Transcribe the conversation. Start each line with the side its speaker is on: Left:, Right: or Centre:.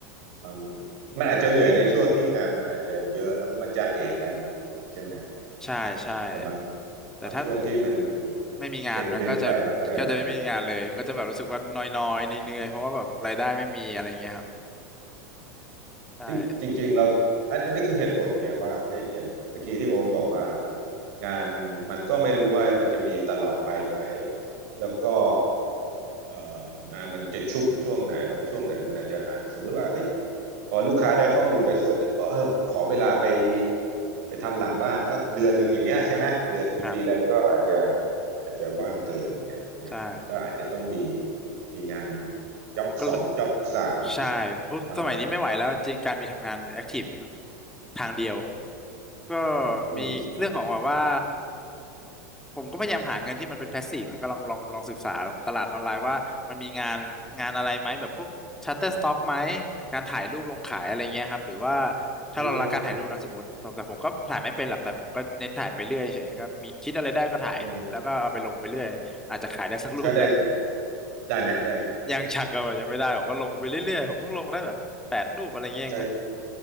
Right: เออมันอาจจะเหนื่อยในช่วงที่งานมันอาจจะเยอะแล้วก็มาจ้าเอกันใช่ไหม
Centre: ใช่ใช่
Right: แต่บาง
Centre: แต่ถ้า
Right: บางช่วงที่มัน
Centre: ไม่มีงานมันก็จะ
Right: เว้นเว้นไปมันก็เออ
Centre: ก็จะไม่มีงานเลยมันก็จะแบบรู้สึกว่าน้อยๆเหนื่อยๆเพราะว่าแบบรายได้ไม่มีอะไรเงี้ยครับใช่
Right: จริงจริงๆเราอันอันนี้คือเหตุผลไงว่าเอ้ยอย่างเมื่อกี้ที่โอ๊กบอกว่างานมันก็ไม่รู้ว่ามันจะมีตลอดไปไหมแล้วก็เอ่องานมันจะชุกช่วงไหนบางช่วงไหนมันอาจจะหายสมมุติว่าเอ้ยพอลูกค้าได้ข้อมูลไปส่วนหนึ่งบอกเออขอเวลาไปไปทำหลังบ้านสักเดือนหนึ่งอย่างเงี้ยใช่ไหมเดือนหนึ่งฟรีแลนซ์ก็อาจจะ
Centre: ครับ
Right: อาจจะว่างเกินอย่างเงี้ยใช่ไหมมันก็อาจจะต้องมี
Centre: ใช่
Right: มีงานจ็อบสองจ็อบสาม
Centre: ผมก็เลยใช่เพราะสมัยนี้ไม่ไหวแล้วจริงๆการมีทำงานแอคทีฟ
Right: มา
Centre: ทางเดียว ก็
Right: อืม
Centre: มีเรื่องของแบบว่าผมก็พยายามหาเงินที่มันเป็นแพสซีฟอะก็ลองลองลองศึกษาตลาดออนไลน์ว่ามันมีงานงานอะไรไหมแบบพวกชัตเตอร์สต็อกไหมการถ่ายรูปลงขายอะไรเงี้ยครับหรือว่าถ้าเรารักการถ่ายรูปนะสมมติแต่แต่ผมก็ถ่ายไม่เป็นหรอกแต่ผมก็เน้นถ่ายไปเรื่อยเฉยก็มีคิดอะไรได้ก็ถ่ายแล้วก็เอาไปลงไปเรื่อยอาจจะขายได้สักรูปแหละ
Right: อืมอืมอืมแล้วได้ได้ไหมได้ไหม
Centre: ยังชังก็แบบยังไม่ได้ผมก็ลงไปเรื่อยๆผมเพิ่งลงได้แบบแปดรูปอะไรเงี้ยฮะ
Right: ได้